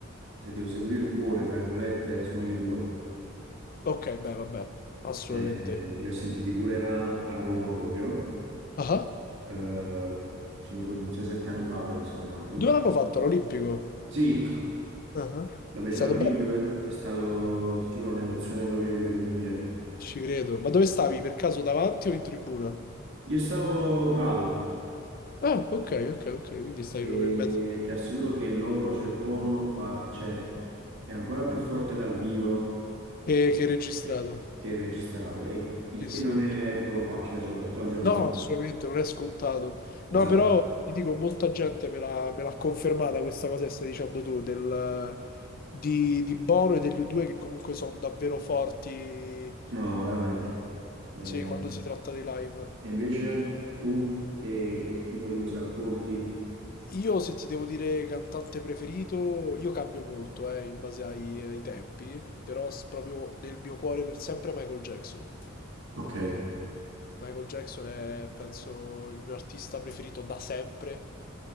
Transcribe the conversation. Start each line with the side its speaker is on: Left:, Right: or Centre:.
Right: se devo seguire il cuore, tra virgolette, sono gli U2.
Left: Ok, beh, vabbè, assolutamente.
Right: Eh, li ho sentiti pure a, a Roma proprio,
Left: Ah,
Right: eh, 6-7 anni fa penso ormai.
Left: Dove l'hanno fatto? All'Olimpico?
Right: Sì,
Left: Ah, È
Right: la fece
Left: stato
Right: all'Olimpico
Left: bello,
Right: è è stato, ti giuro, un'emozione proprio incredibile.
Left: ci credo. Ma dove stavi? Per caso davanti o in tribuna?
Right: Io stavo Prato.
Left: Ah, ok, ok, ok. Quindi stavi
Right: e
Left: proprio in mezzo.
Right: ti assicuro che loro, cioè Bono, par- cioè, è ancora più forte dal vivo
Left: E che hai registrato?
Right: che registrato, e il
Left: Sì,
Right: che
Left: sì.
Right: non è proprio facile, soprattutto al giorno
Left: No,
Right: d'oggi.
Left: assolutamente, non è scontato.
Right: Esatto,
Left: No, però ti dico, molta gente me l'ha me l'ha confermata questa cosa che stai dicendo tu, del, di, di Bono e degli U2 che comunque sono davvero forti,
Right: no, veramente. Eh,
Left: sì, quando si tratta dei live.
Right: e invece tu che, che tipo di musica ascolti?
Left: Io, se ti devo dire cantante preferito, io cambio molto, eh, in base ai, ai tempi, però s- proprio nel mio cuore per sempre Michael Jackson.
Right: Ok.
Left: Michael Jackson è, penso, il mio artista preferito da sempre